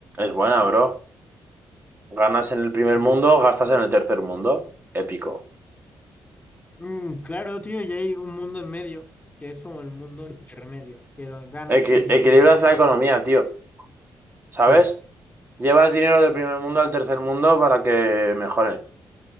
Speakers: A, on the right; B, on the left.
A: Es buena, bro. Ganas en el primer
B: Son
A: mundo,
B: las.
A: gastas en el tercer mundo. Épico.
B: Mm, claro, tío, y hay un mundo en medio, que es como el mundo intermedio, que do- ganas
A: Equi-
B: lo mismo
A: equilibras
B: que gastas.
A: la economía, tío. ¿Sabes?
B: Sí,
A: Llevas dinero del primer mundo al tercer mundo para que mejore.